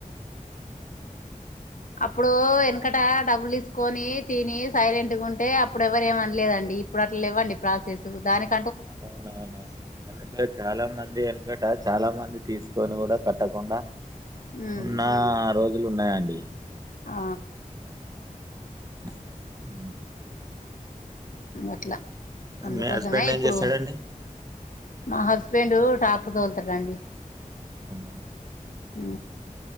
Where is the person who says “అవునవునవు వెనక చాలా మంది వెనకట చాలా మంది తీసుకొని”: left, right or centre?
Right